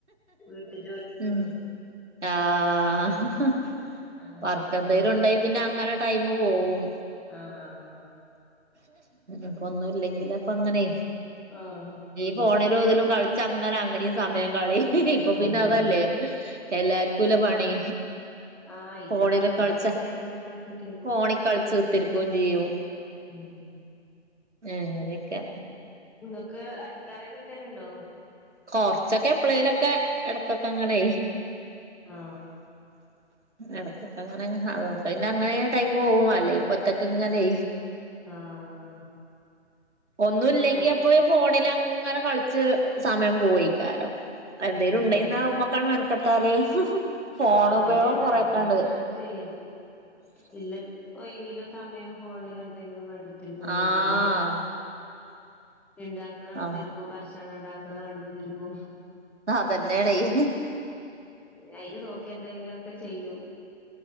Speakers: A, in the centre; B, on the right.
A: വീട്ടു ജോലിയന്നള്ളൂ
B: ഉം ആഹ്
A: അങ്ങനെ
B: വർക്ക
A: പോണ്ട്
B: എന്തെങ്കിലും ഉണ്ടായി പിന്നെ അങ്ങനെ ടൈമ് പോവും
A: ആഹ്
B: ഇപ്പൊന്നും ഇല്ലെങ്കിൽ അപ്പ അങ്ങനെ
A: ആഹ്
B: ഫോണിലുതിലും കളിച്ചങ്ങനെ അങ്ങനെയും സമയം കളീം ഇതിപ്പൊ
A: ഉം
B: പിന്നെ അതല്ലേ
A: അപ്പ
B: എല്ലാർക്കുംല്ല പണി?
A: ആ ഇല്ല
B: ഫോണില്
A: സമയം
B: കളിച്ച
A: ഒയ് വുട്ടിയാ അയ്മെ കളിച്ചുത്തിരിക്കും.
B: ഫോണിൽ കളിച്ച് കുത്തിരിക്കുകയും ചെയ്യും
A: ഉം
B: അങ്ങനെക്കെ
A: ഇപ്പൊ ഇങ്ങക്ക് അടിക്കാനൊക്കെ കിട്ടലുണ്ടോ?
B: കൊറച്ചൊക്കെ എപ്ലെയിലൊക്ക എടക്കൊക്കെങ്ങനയ്
A: ആ
B: <inaudible> എടക്കൊക്കങ്ങനെ അതുകൊണ്ട് പിന്നെ അങ്ങനെ ടൈമൂ പോകും അല്ലെങ്കി പൊറ്റക്കങ്ങനെ
A: ആഹ്
B: ഒന്നൂല്ലെങ്കി
A: ആഹ് കു
B: അപ്പൊ ഫോണിലങ്ങനെ കളിച്ച് സമയം പോവയ്ക്കാരം അ എന്തേലും
A: ഉം
B: ഉണ്ടെയ് ന്നാ അഹ് മ്മക്കാണ്ട് മെനക്കെട്ടാല് ഫോൺ
A: ആ അതന്നേണ്
B: ഉപയോഗം കൊറെക്കണ്ട്
A: അയെന്നെ ഞാനും ചെയ്യല് ഇല്ലെന്ന് - ഒയിവില്ല സമയം ഫോണിൽ എന്തെങ്കിലും കണ്ട വരുമ്പോ
B: ആഹ്
A: എന്തെങ്കിലും ഇണ്ടാക്കണതിൽ
B: ആഹ്
A: ഉം ഭക്ഷണം ഉണ്ടാക്കണ കണ്ടൊണ്ടിരിക്കും.
B: അതന്നേണെയ്
A: പിന്നെ അയില് നോക്കിക്കെ എന്തേങ്കിലൊക്കെ ചെയ്യും